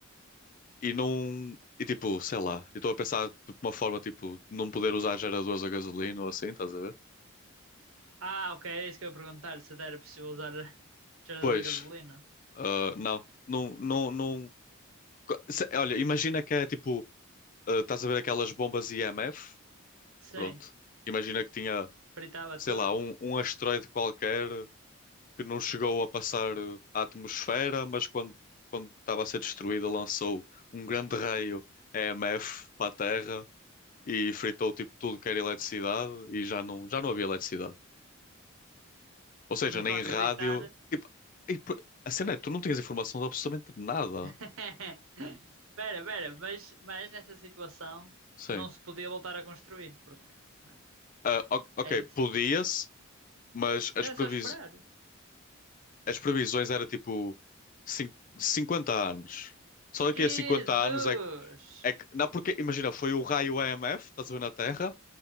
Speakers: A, on the left; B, on the right.
A: E não. E tipo, sei lá, eu estou a pensar de uma forma tipo, não poder usar geradores a gasolina ou assim, estás a ver?
B: Ah, ok, era isso que eu ia perguntar. Se era possível usar <laughs> gerador
A: Pois,
B: da gasolina.
A: ah, não, não, não, não. Se- Olha,
B: Eh,
A: imagina que é tipo, ah, estás a ver aquelas bombas IMF?
B: Sim,
A: Pronto. Imagina que tinha,
B: fritava
A: sei
B: tudo.
A: lá, um, um asteroide qualquer que não chegou a passar ah, a atmosfera, mas quando quando estava a ser destruída lançou um grande raio EMF para a Terra e fritou tipo tudo que era eletricidade e já não, já não havia eletricidade. Ou seja,
B: Não estou
A: nem
B: a acreditar.
A: rádio. Tipo, e p- a cena é, tu não tinhas informação de absolutamente nada.
B: <laughs> Pera, pera, mas, mas nessa situação
A: Sim.
B: não se podia voltar a construir, porque né,
A: Ah, o- ok,
B: é isso.
A: podia-se, mas as,
B: Então era
A: previs...
B: só esperar.
A: as previsões era tipo cin- 50 anos. Só daqui
B: Jesus!
A: a 50 anos é que. É que... Não, porque, imagina, foi o raio EMF, estás a ver na Terra,